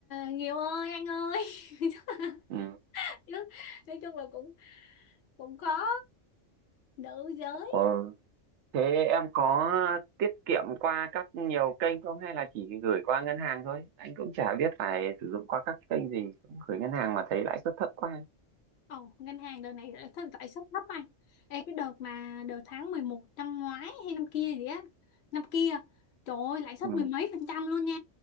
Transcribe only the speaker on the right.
ừ.
ờ. thế em có tiết kiệm qua các nhiều kênh không hay là chỉ gửi qua ngân hàng thôi anh cũng chả biết phải sử dụng qua các kênh gì cũng gửi ngân hàng mà thấy lãi suất thấp quá
Ừ.